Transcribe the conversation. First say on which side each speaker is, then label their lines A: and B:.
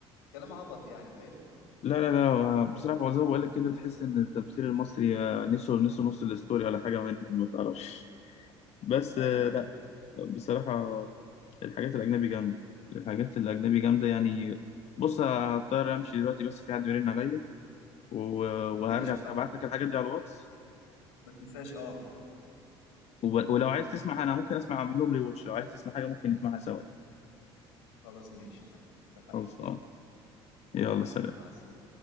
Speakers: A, on the left (about 80°); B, on the left (about 50°).
A: كلام عبط يعني فاهم
B: لا لا لا آه، بصراحه هو زي ما بقول لك كده تحس ان التمثيل المصري آه، نسوا نسوا نص الاستوري ولا حاجه منهم ما تعرفش بس
A: ايوه
B: آه، لا بصراحه الحاجات الاجنبي جامده الحاجات الاجنبي جامده يعني
A: لا
B: بص هضطر امشي دلوقتي بس في حد بيرن عليا و- وهرجع
A: ماشي صح
B: ابعت لك الحاجات دي على الواتس
A: ما تنساش اه
B: وب- ولو عايز تسمع انا ممكن اسمع اعمل لهم ريواتش لو عايز تسمع حاجه ممكن نسمعها سوا
A: خلاص ماشي صح اتفقنا
B: خلصان يلا
A: حبيبي
B: سلام
A: مع السلامه